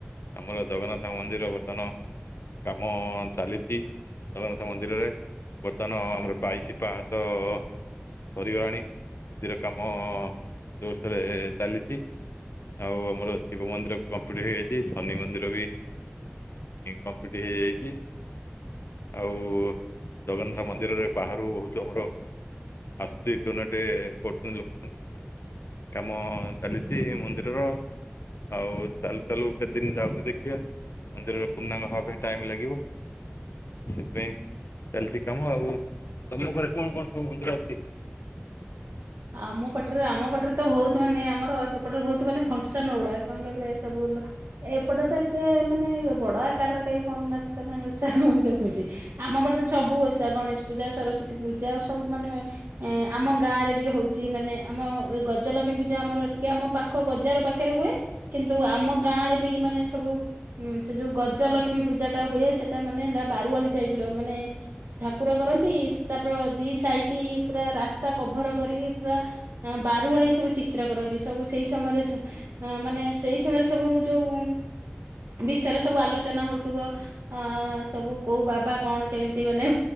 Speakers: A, on the left (about 80°); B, on the right (about 85°).
A: ଆମର ଜଗନ୍ନାଥମନ୍ଦିର ବର୍ତ୍ତମାନ କାମ ଚାଲିଛି। ଜଗନ୍ନାଥମନ୍ଦିରରେ, ବର୍ତ୍ତମାନ ଆମର ବାଇଶି ପାହାଚ ସରିଗଲାଣି, ମନ୍ଦିରକାମ ଜୋରସୋରେ ଚାଲିଛି। ଆଉ ଆମର ଶିବମନ୍ଦିର କମ୍ପ୍ଲିଟ ହେଇଯାଇଛି ଶନି ମନ୍ଦିରବି କମ୍ପ୍ଲିଟ ହେଇଯାଇଛି। ଆଉ ଜଗନ୍ନାଥ ମନ୍ଦିରରେ ବାହାରୁ ବହୁତ ଆମର ଆସୁଛି ଡୋନେଟେ କରୁଛନ୍ତି ଲୋକ କାମ ଚାଲିଛି ମନ୍ଦିରର ଆଉ ଚାଲ ଚାଲୁ କେତେଦିନ ଯାଉଛି ଦେଖିବା। ମନ୍ଦିରରେ ପୂର୍ଣ୍ଣାଙ୍ଗ ହବା ପାଇଁ ଟାଇମ ଲାଗିବ। ସେଥିପାଇଁ ଚାଲିଛି କାମ ଆଉ ତମ ଘରେ କଣ କଣ ସବୁ ମନ୍ଦିର ଅଛି? <inaudible>
B: ଆମ ପଟରେ ଆମ ପଟରେ ତ ବହୁତ ମାନେ ଆମର ଏପଟରେ ବହୁତ ମାନେ ଫଙ୍କସନ ଗୁଡା କଣ କହିଲେ ଏ ସବୁ ଏପଟେ ତ ଏତେ ମାନେ ବଡ ଆକାର କେ କରୁନାହାନ୍ତି ତା କାଇ ଓଷା ମୁଁ ଦେଖୁଛି ଆମ ପାଟରେ ସବୁ ଓଷା ଗଣେଶ ପୂଜା ସରସ୍ଵତୀ ପୂଜା ସବୁ ମାନେ ଏ ଆମ ଗାଁ ରେ ବି ହଉଛି। ମାନେ ଆମ ଗଜଲକ୍ଷ୍ମୀ ପୂଜା ଆମର ଟିକେ ଆମ ପାଖ ବଜାର ପାଖରେ ହୁଏ କିନ୍ତୁ ଆମ ଗାଁ ଗାଁରେ ବି ମାନେ ସବୁ ସେ ଯୋଉ ଗଜଲକ୍ଷ୍ମୀ ପୂଜା ଟା ହୁଏ ସେଟା ମାନେ ହେ ବାରୱୀ ଟାଇପ ମାନେ ଠାକୁର କରନ୍ତି ତାପ ଦି ସହିଟି ପୁରା ରାସ୍ତା କଭର କରିକି ପୁରା ବାରୁ ଓଳେଇ ସବୁ ଚିତ୍ର କରନ୍ତି ସବୁ ସେଇ ସମୟରେ ମାନେ ସେଇ ସମୟରେ ସବୁ ଯୋଉ ବିଷୟରେ ସବୁ ଆଲୋଚନା ହଉଥିବ ଅ ସବୁ କୋଉ ବାବା କଣ କେମିତି ସେ ମାନେ